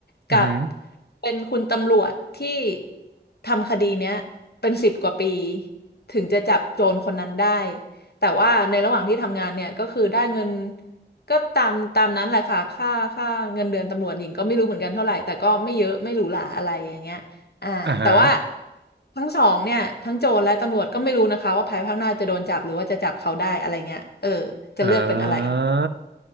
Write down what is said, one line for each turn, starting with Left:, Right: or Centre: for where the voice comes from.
Right: อือหือ
Left: กับเป็นคุณตำรวจที่ทำคดีเนี้ยเป็นสิบกว่าปีถึงจะจับโจรคนนั้นได้ แต่ว่าในระหว่างที่ทำงานเนี่ยก็คือได้เงินก็ตามตามนั้นแหละค่ะค่าค่าเงินเดือนตำรวจหญิงก็ไม่รู้เหมือนกันเท่าไหร่แต่ก็ไม่เยอะไม่หรูหราอะไรอย่างเงี้ยอ่าแต่ว่า
Right: อ่าฮะ
Left: ทั้งสองเนี่ยทั้งโจรและตำรวจก็ไม่รู้นะคะว่าภายภาคหน้าจะโดนจับหรือว่าจะจับเขาได้อะไรเงี้ยเออจะเลือกเป็นอะไร
Right: อ่า